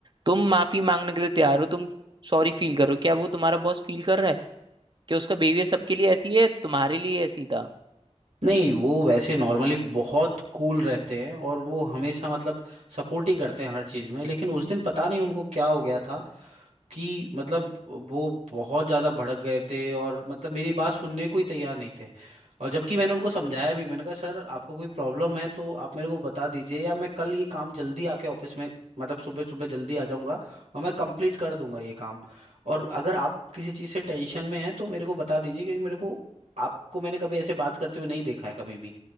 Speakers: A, on the right; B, on the right.
A: तुम माफी मांगने के लिए तैयार हो तुम सॉरी फील करो क्या वो तुम्हारा बॉस फील कर रहा है कि उसका बिहेवियर सबके लिए ऐसी है तुम्हारे लिए ऐसी था
B: नहीं वो वैसे नॉर्मली बहुत कूल रहते हैं और वो हमेशा मतलब सपोर्ट ही करते हैं हर चीज़ में लेकिन उस दिन पता नहीं उनको क्या हो गया था कि मतलब वो बहुत ज़्यादा भड़क गए थे और मतलब मेरी बात सुनने को ही तैयार नहीं थे और जबकि मैंने उनको समझाया भी मैंने कहा सर आपको कोई प्रॉब्लम है तो आप मेरे को बता दीजिए या मैं कल ये काम जल्दी आके ऑफिस में मतलब सुबह सुबह जल्दी आ जाऊंगा और मैं कंप्लीट कर दूंगा ये काम और अगर आप किसी चीज़ से टेंशन में हैं तो मेरे को बता दीजिए क्योंकि मेरे को आपको मैंने कभी ऐसे बात करते हुए नहीं देखा है कभी भी